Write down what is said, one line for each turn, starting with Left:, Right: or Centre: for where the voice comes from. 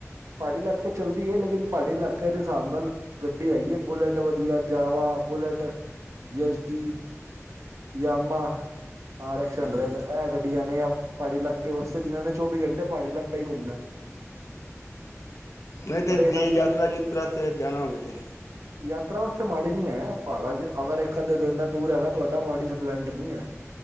Right: ਪਹਾੜੀ ਇਲਾਕੇ ਚੱਲਦੀ ਹੈ ਲੇਕਿਨ ਪਹਾੜੀ ਇਲਾਕੇ ਦੇ ਹਿਸਾਬ ਨਾਲ ਗੱਡੀ ਹੈਗੀ ਹੈ ਬੁਲੇਟ ਵਧੀਆ, Jawa bullet Yezdi, Yamaha, R X ਹੰਡਰਡ
Left: ਹੂੰ
Right: ਇਹ ਗੱਡੀਆਂ ਨੇ। ਪਹਾੜੀ ਇਲਾਕੇ ਵਾਸਤੇ ਜਿਨ੍ਹਾਂ ਨੇ ਚੌਵੀ ਘੰਟੇ ਪਹਾੜੀ ਇਲਾਕਾ ਹੀ ਘੁੰਮਨੇ।
Left: ਨਹੀਂ ਤੇ
Right: ਪਰ
Left: ਜੇ
Right: ਇਹਨਾਂ ਦੀ
Left: ਯਾਤਰਾ-ਯੂਤਰਾ ਤੇ ਜਾਣਾ ਹੋਵੇ ਤੇ
Right: ਯਾਤਰਾ ਵਾਸਤੇ ਮਾੜੀ ਨੀ ਹੈਹਾੜਾ ਅਗਰ ਇੱਕ-ਅੱਧੇ ਦਿਨ ਦਾ ਟੂਰ ਹੈਗਾ ਤੁਹਾਡਾ ਮਾੜੀ ਸਪਲੈਂਡਰ ਨਹੀਂ ਐ।